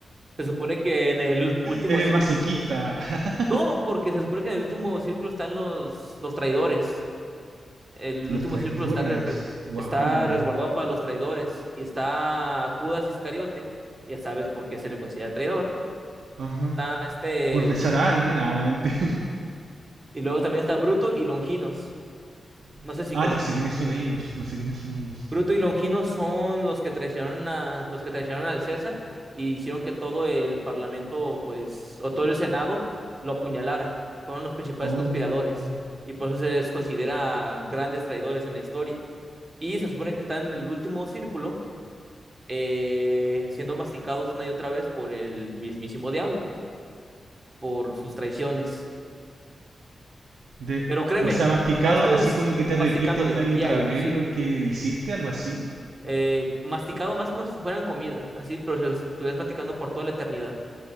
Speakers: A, on the right (about 30°); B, on the right (about 85°).
A: Se supone que en el <laughs> último
B: Eres
A: círculo,
B: masoquista. <laughs>
A: no, porque se supone que en el último círculo están los, los traidores. El
B: Los
A: último
B: traidores.
A: círculo está, refer-
B: Wow.
A: está resguardado para los traidores y está Judas Iscariote, ya sabes por qué se le considera traidor.
B: Ajá.
A: Está este,
B: Por besar a alguien. Ah, no mentira.
A: y luego también está Bruto y Longinos. No
B: <laughs>
A: sé si
B: Ah,
A: conozcas
B: no sé
A: a
B: quiénes
A: Bruto
B: son
A: y Longinos.
B: ellos. No sé quiénes son ellos.
A: Bruto y Longino son los que traicionaron a los que traicionaron al César y hicieron que todo el parlamento, pues, o todo el Senado lo apuñalara. Fueron los principales
B: Oh.
A: conspiradores y por eso se les considera grandes traidores en la historia. Y se supone que están en el último círculo, eh, siendo masticados una y otra vez por el mismísimo diablo, por sus traiciones.
B: De,
A: Pero créeme,
B: o sea, masticado,
A: esto
B: así
A: es
B: como que te repite
A: masticándole
B: una y
A: diario,
B: otra vez
A: sí.
B: lo que hiciste, algo así.
A: eh, masticado más como si fueran comida, así, pero si estuvieras masticando por toda la eternidad.